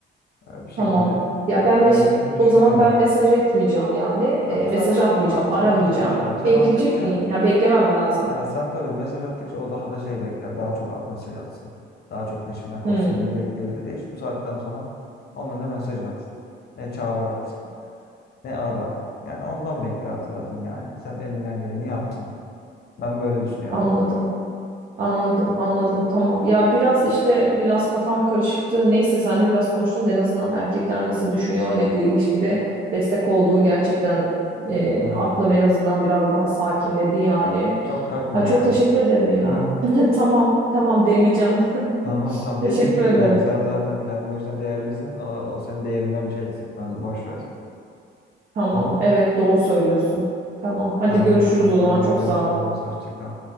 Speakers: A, on the left; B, on the right.
A: E, bir şekilde
B: tamam. Ya ben
A: düzeleceğini
B: mes-
A: düşünüyorum.
B: o zaman ben mesaj
A: yani.
B: etmeyeceğim yani. E,
A: Ha, bu
B: mesaj
A: saatten
B: atmayacağım,
A: sonra atma
B: aramayacağım.
A: tabii tabii. Sen
B: Bekleyecek
A: attıkça
B: miyim? Ya beklemem mi lazım?
A: ya sen tabii mesaj attıkça o daha da şey bekler. Daha çok at mesaj atsın. Daha çok peşimden koşsun
B: Hmm,
A: gibi bekleyebilir. E hiç bu saatten sonra ona ne mesaj at, ne çağrı at, ne ara. Yani ondan bekle artık adımı yani. Sen elinden geleni yaptın. Ben böyle düşünüyorum.
B: anladım. Anladım, anladım. Tamam. Ya biraz işte biraz kafam karışıktı. Neyse seninle biraz konuştum da en azından erkekler nasıl düşünüyor hani bu ilişkide destek olduğun gerçekten e,
A: Aynen.
B: aklım en azından biraz daha sakinledi yani.
A: Çok takma
B: Ay
A: yani.
B: çok teşekkür ederim ya.
A: Hı hı.
B: <laughs> Tamam, tamam deneyeceğim.
A: Tamam
B: <laughs>
A: tamam.
B: Teşekkür
A: Dediğim gibi
B: ederim.
A: yani sen zaten kendi başına değerlisin. O, o senin değerinden bir şey eksiltmez. Boş ver.
B: Tamam.
A: Tamam.
B: Evet, doğru söylüyorsun. Tamam. Hadi
A: Tamam
B: görüşürüz
A: bakalım.
B: o zaman.
A: Hadi
B: Çok
A: görüşürüz.
B: sağ ol.
A: Hoşça kal.